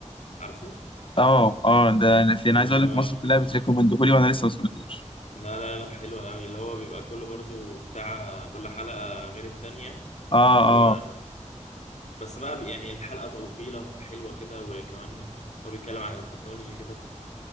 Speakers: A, on the left; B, on the left.
A: عارفه
B: اه اه ده انا في انا
A: اللي
B: عايز اقول
A: هو
B: لك مصر كلها بتريكومندهولي وانا لسه ما سمعتوش
A: لا لا لا حلو قوي اللي هو بيبقى كل برضو بتاع كل حلقة غير التانية
B: اه
A: و
B: اه
A: بس بقى بي- يعني الحلقة طويلة حلوة كده وكمان هو بيتكلم عن التكنولوجي كده